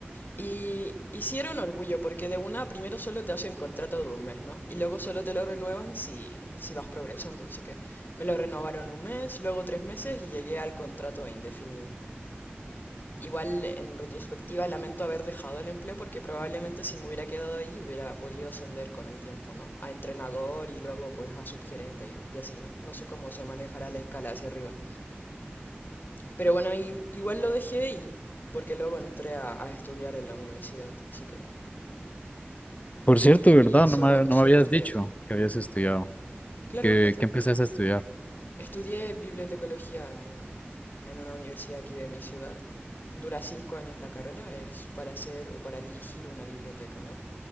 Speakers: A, on the left (about 50°); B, on the left (about 35°).
A: Y, y sí era un orgullo, porque de una primero solo te hacen contrato de un mes, ¿no? Y luego solo te lo renuevan si, si vas progresando. Así que me lo renovaron un mes, luego tres meses y llegué al contrato indefinido. Igual en retrospectiva lamento haber dejado el empleo porque probablemente si me hubiera quedado ahí hubiera podido ascender con el tiempo, ¿no? A entrenador y luego pues a subgerente y, y así, ¿no? No sé cómo se manejará la escala hacia arriba. Pero bueno, i- igual lo dejé y porque luego entré a, a estudiar en la universidad, así que
B: Por
A: preferí
B: cierto, ¿verdad?
A: solo,
B: No me, no
A: solo
B: me habías
A: estudiar.
B: dicho que habías estudiado,
A: Claro,
B: que,
A: es-
B: que empezaste a estudiar.
A: estudié bibliotecología en, en una universidad aquí de mi ciudad. Dura cinco años la carrera, es para hacer o para dirigir una biblioteca, ¿no?